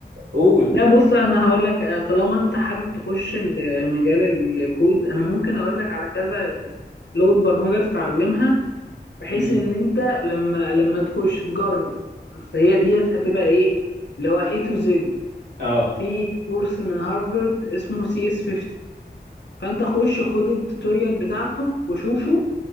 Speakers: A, on the right (about 70°); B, on the left (about 85°).
A: قول
B: لا بص انا هقول لك آه، طالما انت حابب تخش ال- مجال الكود انا ممكن اقول لك على كذا لغة برمجة تتعلمها بحيث
A: امم
B: ان انت لما لما تخش تجرب فهي ديت هتبقى ايه اللي هو A to Z
A: اه
B: في كورس من هارفارد اسمه سي اس 50 فانت خش خد التوتوريال بتاعته وشوفه